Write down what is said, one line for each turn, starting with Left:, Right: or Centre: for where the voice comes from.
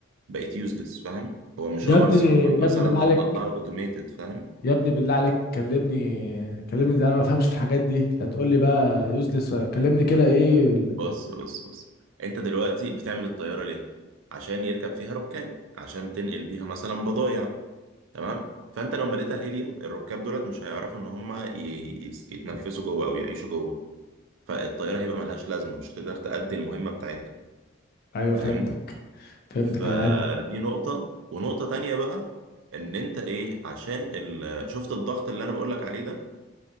Right: بقت يوزلس فاهم هو مش
Left: يا
Right: قمر
Left: ابني
Right: صناعي مثلا
Left: يا ابني بالله عليك
Right: هتطلعه اوتوميتد فاهم
Left: يا ابني بالله عليك كلمني كلمني ده انا ما بفهمش في الحاجات دي لا تقول لي بقى يوزلس كلمني كده ايه ال- بال-
Right: بص بص بص انت دلوقتي بتعمل الطياره ليه عشان يركب فيها ركاب عشان تنقل بيها مثلا بضايع تمام فانت لو مليتها هيليوم الركاب دولت مش هيعرفوا ان هم ي- ي- يتنفسوا جوه او يعيشوا جوه فالطياره هيبقى ملهاش لازمه مش هتقدر تأدي المهمه بتاعتها
Left: ايوه
Right: فاهمني
Left: فهمتك فهمتك
Right: فدي
Left: يعني
Right: نقطة ونقطة تانية بقى ان انت ايه عشان ال... شفت الضغط اللي انا بقولك عليه ده